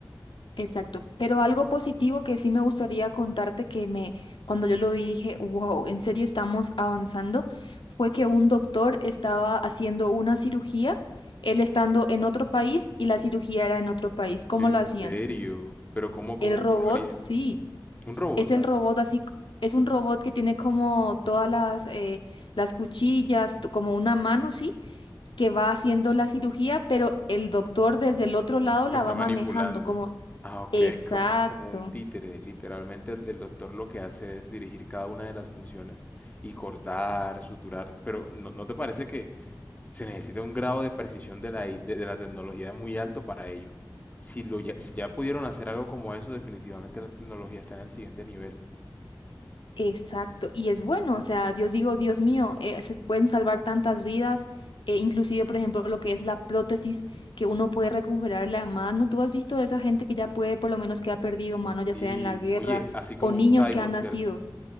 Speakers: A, on the left; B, on the left.
A: Exacto, pero algo positivo que sí me gustaría contarte que me, cuando yo lo vi dije, wow, en serio estamos avanzando, fue que un doctor estaba haciendo una cirugía, él estando en otro país y la cirugía era en otro país. ¿Cómo
B: ¿En
A: lo hacían?
B: serio? ¿Pero cómo, cómo,
A: El robot,
B: cómo lo haría?
A: sí,
B: ¿Un robot?
A: es el robot así, c- es un robot que tiene como todas las, eh, las cuchillas, t- como una mano, sí, que va haciendo la cirugía, pero el doctor desde el otro lado
B: Lo
A: la
B: está
A: va
B: manipulando.
A: manejando, como,
B: Ah, ok,
A: exacto.
B: como, como un títere. Literalmente el, el doctor lo que hace es dirigir cada una de las funciones y cortar, suturar. Pero ¿no, no te parece que se necesita un grado de precisión de la, I- de, de la tecnología muy alto para ello? Si, lo ya, si ya pudieron hacer algo como eso, definitivamente la tecnología está en el siguiente nivel.
A: Exacto, y es bueno, o sea, yo digo, Dios mío, eh, se pueden salvar tantas vidas, eh, inclusive, por ejemplo, lo que es la prótesis, que uno puede recuperar la mano. ¿Tú has visto de esa gente que ya puede, por lo menos que ha perdido mano,
B: Sí,
A: ya sea en la guerra,
B: oye, así como
A: o niños
B: un cyborg,
A: que han nacido?
B: ¿cierto?